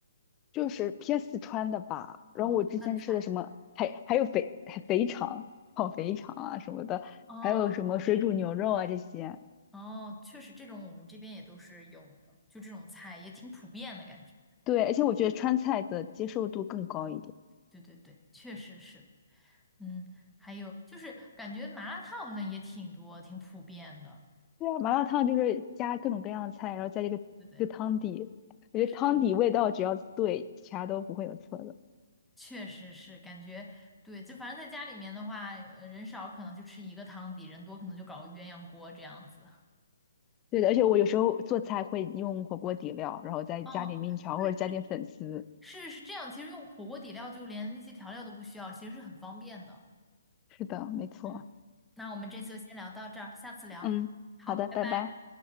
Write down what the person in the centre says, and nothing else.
哦，饭菜。
哦，
非常。哦，确实，这种我们这边也都是有的，就这种菜也挺普遍的感觉。
对对对，确实是。嗯，还有就是感觉麻辣烫好像也挺多，挺普遍的，
对不对？
是，
确实是，感觉对，就反正在家里面的话，呃人少可能就吃一个汤底，人多可能就搞个鸳鸯锅这样子。
嗯，对，是是这样。其实用火锅底料就连那些调料都不需要，其实是很方便的。
嗯，那我们这次就先聊到这儿，下次聊。
好，
拜拜。